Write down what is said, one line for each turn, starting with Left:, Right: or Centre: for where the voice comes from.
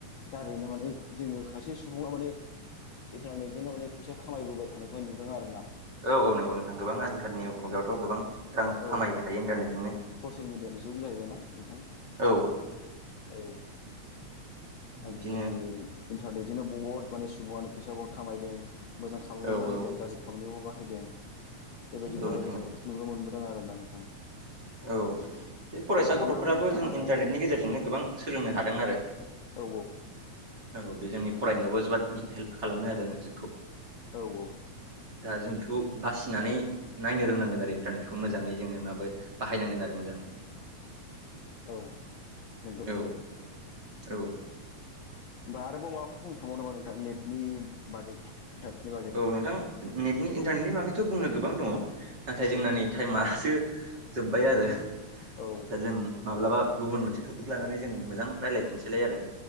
Left: दारैनो माने जोङो खायसे सुबुङा माने इन्टारनेटजोंनो माने फैसा खामायबोबाय थानायखौहाय नुदों आरो ना।
Right: औ औ नंगौ नोंथां गोबां आजिखालिनि मुगायावथ गोबां रां
Left: औ
Right: खामायनो हायो इन्टारनेटजोंनो।
Left: ससियेल मिडियानि जुग जाहैबायना नोंथां
Right: औ
Left: औ
Right: बिब्दिनो
Left: आजिखालि इन्टारनेटजोंनो बहुद माने सुबुङानो फैसाबो खामायदों। मोजां खामानियावबो
Right: औ
Left: बाहायदों
Right: औ
Left: गाज्रि खामानियावबो बाहायदों बेबायदिखौहाय
Right: नंगौ नोंथां नंगौ
Left: नुनो मोनबोदों। आरोना नोंथां।
Right: औ बे फरायसा
Left: नोंथाङा
Right: गथफोराबो
Left: मा बुंनो सानो
Right: जों
Left: आरोबाव
Right: इन्टारनेटनि गेजेरजोंनो गोबां सोलोंनो हादों आरो।
Left: औ
Right: औ बे जोंनि फरायनायावबो जोबोद हेल्प खालामो आरो जोंखौ
Left: औ औ
Right: दा जों बेखौ बासिनानै नायनो रोंनांगोन आरो इन्टारनेटखौ मोजाङै जोङो माबो बाहायनांगोन आरो मोजाङै
Left: औ नंगौ
Right: औ
Left: नोंथां
Right: औ
Left: होनोमबा आरोबाव माबाफोर बुंनो सानबाव नामा नोंथां नेटनि बागै? इन्टारनेटनि बागै
Right: औ नोंथां नेटनि इन्टारनेटनि बागैथ बुंनो गोबां दङ नाथाय जोंना
Left: औ
Right: नै टाइमासो जोब्बाय आरो
Left: औ
Right: दा जों माब्लाबा गुबुन मोनसे टपिक लानानै जों मोजां रायलायफिनसैलाय आरो।